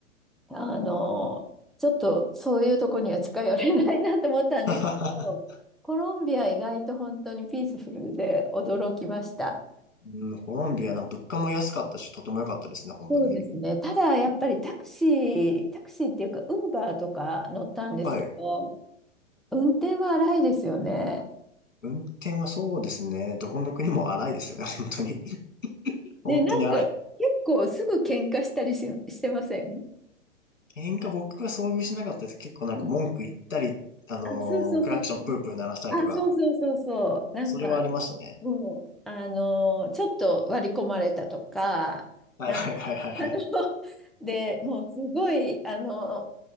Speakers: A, in the centre; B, on the left.
A: あの、ちょっとそういうとこには近寄れないなと思ったんですけど、
B: <laughs>
A: コロンビア意外と本当にピースフルで驚きました。
B: うん、コロンビアなんか物価も安かったし、とても良かったですね、本当に。
A: そうですね。ただ、やっぱりタクシー、タクシーっていうか、ウーバーとか乗ったんですけど、
B: はい。
A: 運転は荒いですよね。
B: 運転はそうですね。どこの国も荒いですよね、本当に。<laughs> 本当に荒い。
A: で、なんか、結構すぐ喧嘩したりし、してません
B: 喧嘩僕は遭遇しなかったです。結構なんか文句言ったり、
A: うん
B: あのークラクションプープー鳴らしたりとか、
A: あ、そうそうそうそう。あ、そうそうそうそう。なんか、
B: それはありましたね。
A: うん、あの、ちょっと割り込まれたとか、
B: はいはいはいはいはい。
A: あの、<laughs> で、もうすごい、あの、